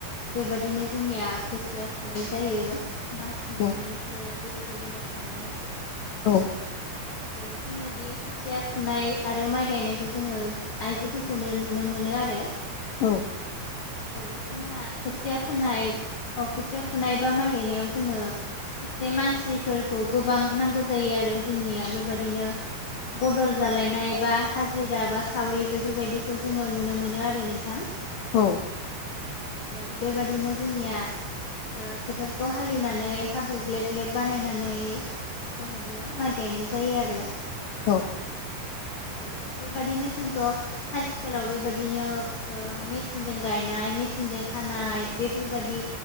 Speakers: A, on the left; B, on the left.
A: बेबायदिनो जोंनिया खोथिया फुनाय जायो। मास मोननैसो
B: औ
A: बेफोरबायदिनो थानानै
B: औ
A: औ जोङो बे खोथिया फुनाय आरो माइ गायनायखौ जोङो आइजोफोरखौनो नुनो मोनो आरो।
B: औ
A: औ जोंहा खोथिया फोनाय खोथिया फुनाय बा माइ गायनायाव जोङो एसे मानसिफोरखौ गोबां नांगौ जायो आरो जोंनिया बेबादिनो। बदल जालायनाय बा हाजिरा बा सावरि बेफोरबायदिखौ जोङो नुनो मोनो आरो नोंथां।
B: औ
A: औ बेबायादिनो जोंनिया ओ फोथारखौ हाल एवनानै हाब्रु ग्लेब ग्लेब बानायनानै जोङो बेयाव माइ गायनाय जायो आरो।
B: औ
A: औ बेबायदिनो जोंथ' आथिखालाव बेबायाददिनो ओ मेचिनजों गायनाय मेचिनजों हानाय बेफोरबायादि